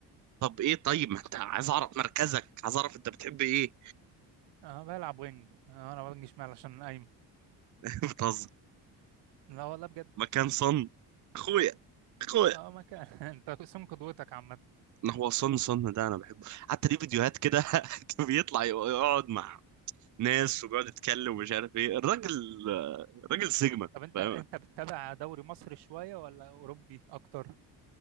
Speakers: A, on the right (about 45°); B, on the right (about 85°).
A: طب ايه طيب ما انت عايز اعرف مركزك عايز اعرف انت بتحب ايه
B: اه بلعب وينج آه انا وينج شمال عشان قايم
A: <laughs> بتهزر
B: لا والله بجد
A: مكان صن اخويا اخويا
B: اه ما كان <laughs> انت قسم قدوتك عامة
A: ما هو صن صن ده انا بحبه حتى ليه فيديوهات كده <laughs> بيطلع يقعد مع ناس وبيقعد يتكلم ومش عارف ايه الراجل الراجل سيجما
B: طب انت
A: فاهم
B: انت بتتابع دوري مصري شوية ولا اوروبي اكتر